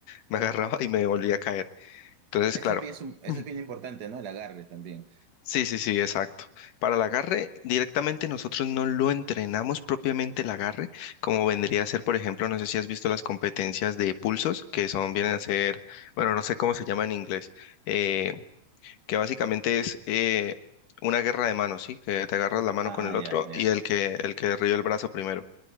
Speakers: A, on the left; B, on the right.
A: me <laughs> agarraba y me volvía a caer, entonces,
B: Eso
A: claro,
B: es bien, sum-
A: <clears throat>
B: eso
A: Ujú.
B: es bien importante, ¿no? El agarre también.
A: sí, sí, sí, exacto, para el agarre directamente nosotros no lo entrenamos propiamente el agarre, como vendría a ser, por ejemplo, no sé si has visto las competencias de pulsos, que son, vienen a ser, bueno, no sé cómo se llama en inglés, eh, que básicamente es eh, una guerra de manos, ¿sí? Que te agarras la mano
B: Ah,
A: con el otro
B: ya, ya,
A: y el
B: ya.
A: que, el que derriba el brazo primero.